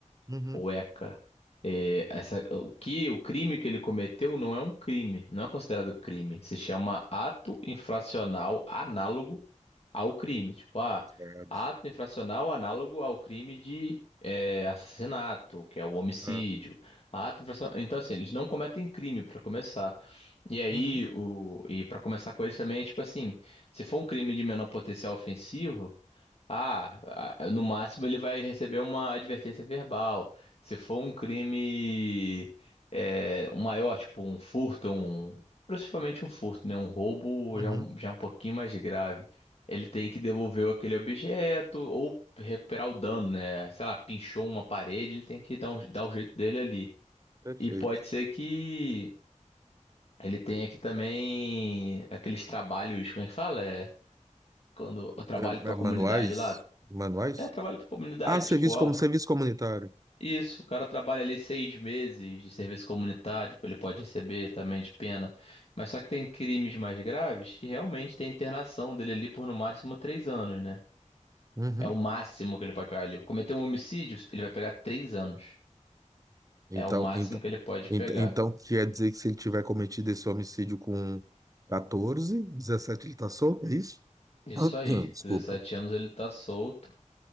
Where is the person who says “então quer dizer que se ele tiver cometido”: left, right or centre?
Right